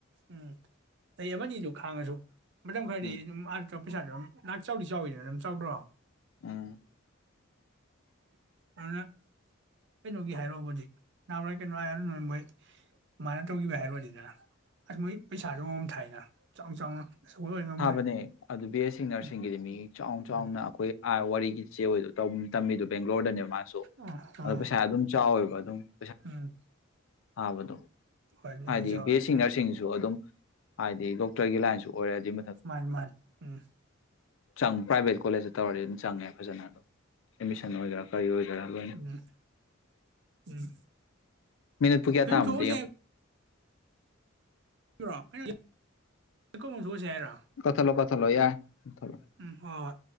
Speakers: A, on the right; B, on the left.
A: ꯎꯝ ꯆꯍꯤ ꯑꯃꯅꯤꯗꯨ ꯈꯥꯡꯉꯁꯨ ꯃꯇꯝ ꯈꯔꯗꯤ
B: ꯎꯝ
A: ꯑꯗꯨꯝ ꯑꯗ ꯄꯩꯁꯥꯁꯨ ꯑꯗꯨꯝ <unintelligible> ꯆꯥꯎꯗꯤ ꯆꯥꯎꯋꯤꯗꯅ ꯑꯗꯨꯝ ꯆꯥꯎꯗ꯭ꯔꯣ꯫
B: ꯎꯝ
A: <unintelligible> ꯀꯩꯅꯣꯒꯤ ꯍꯥꯏꯔꯣꯒꯗꯤ <unintelligible> ꯃꯥꯅ ꯇꯧꯒꯤꯕꯩ ꯍꯥꯏꯔꯨꯔꯅꯤꯗꯅꯦ ꯑꯁ ꯃꯣꯏ ꯄꯩꯁꯥꯗ ꯑꯃ ꯊꯥꯏꯅ ꯆꯥꯎ ꯆꯥꯎꯅ ꯑꯆꯧꯕ ꯑꯣꯏ ꯉꯝꯃꯣꯏ
B: ꯊꯥꯕꯅꯦ ꯑꯗꯨ ꯕꯤ ꯑꯦ ꯁꯤ ꯅꯔꯁꯤꯡꯒꯤꯗꯤ
A: ꯎꯝ
B: ꯃꯤ ꯆꯥꯎꯅ ꯆꯥꯎꯅ
A: ꯎꯝ
B: ꯑꯩꯈꯣꯏ ꯑꯥ ꯋꯥꯔꯤꯒꯤ <unintelligible> ꯇꯧ ꯇꯝꯃꯤꯗꯣ ꯕꯦꯡꯒ꯭ꯂꯣꫪꯗꯅꯦ ꯃꯥꯁꯨ
A: ꯑꯣ ꯑꯣ
B: ꯑꯗꯣ ꯄꯩꯁꯥ ꯑꯗꯨꯝ ꯆꯥꯎꯋꯦꯕ꯫ <inaudible>
A: ꯎꯝ
B: ꯊꯥꯕꯗꫭ꯫
A: ꯍꯣꯏ ꯅꯣꯏ
B: ꯍꯥꯏꯗꯤ
A: ꯆꯥꯎꯔꯅꯤ
B: ꯕꯤ ꯑꯦ ꯁꯤ ꯅꫪꯁꯤꯡꯁꯨ ꯑꯗꯨꯝ꯫ ꯍꯥꯏꯗꯤꯦ ꯗꯣꯛꯇꫪꯒꯤ ꯂꯥꯏꯟꯁꯨ꯫ ꯑꯣꯏꯔꯦ ꯑꯗꯨꯏ
A: ꯃꯥꯅꯤ ꯃꯥꯅꯤ ꯎꯝ꯫
B: ꯆꯪꯉꯤ ꯄ꯭ꯔꯥꯏꯚꯦꯠ ꯀꯣꯂꯦꯖꯇ ꯇꯧꯔꯗꯤ ꯑꯗꯨꯝ ꯆꯪꯉꯦ ꯐꯖꯅ ꯑꯗꯨꯝ ꯑꯦꯗꯃꯤꯁꯟ ꯑꫭꯒꯦꯔꯥ ꯀꯔꯤ ꯑꯣꯏꯒꯦꯔ꯫ <unintelligible> ꯂꫭꯏꯅ
A: ꯎꯝ ꯎꯝ
B: ꯃꯤꯅꯠꯄꯨ ꯀꯌꯥ
A: ꯑꯗꯨꯝ
B: ꯇꯥꯔꯃꫭ
A: ꯊꯣꯛꯎꯁꯦ
B: ꯑꯝꯇ ꯌꯦꯡꯉꯨ꯫
A: <unintelligible>
B: ꯀꯊꯠꯂꫭ <unintelligible> <unintelligible> ꯌꯥꯔꯦ <unintelligible>
A: ꯎꯝ ꯍꯣꯏ꯫